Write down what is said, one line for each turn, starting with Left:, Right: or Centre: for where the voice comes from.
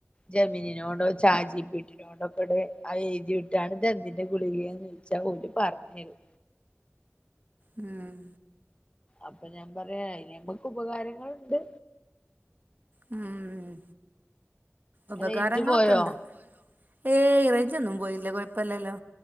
Left: ജെമിനിനോടോ ചാറ്റ് ജി പി ടി നോടോ ണ്ടൊക്കെടെ ആ എഴുതിവിട്ടാണ് ഇതെന്തിന്റെ ഗുളികേന്ന് ചോദിച്ചാൽ ഓര് പറഞ്ഞ് തരും.
Right: ഉം
Left: അപ്പൊ ഞാൻ പറയാ എനി നമ്മക്ക് ഉപകാരങ്ങളുണ്ട്.
Right: ഉം ഉപകാരങ്ങളൊക്കെ
Left: റേഞ്ച് പോയോ
Right: ഉണ്ട്. ഏയ് റേഞ്ച് ഒന്നും പോയില്ല കുഴപ്പല്ലല്ലോ